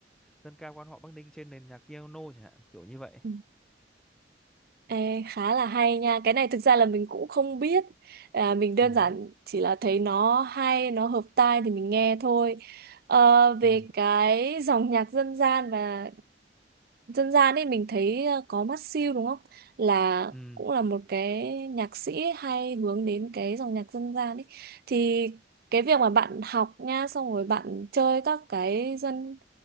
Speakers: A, in the centre; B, on the right (about 60°).
A: dân ca quan họ Bắc Ninh trên nền nhạc piano chẳng hạn kiểu như vậy
B: Ừ. Ê, khá là hay nha. Cái này thực ra là mình cũng không biết. À, mình đơn
A: ừ
B: giản chỉ là thấy nó hay, nó hợp tai thì mình nghe thôi. Ờ, về
A: ừ
B: cái dòng nhạc dân gian và dân gian ấy mình thấy ờ, có mắt siêu đúng không là
A: ừ
B: cũng là một cái nhạc sĩ hay hướng đến cái dòng nhạc dân gian ấy thì cái việc mà bạn học nha xong rồi bạn chơi các cái dân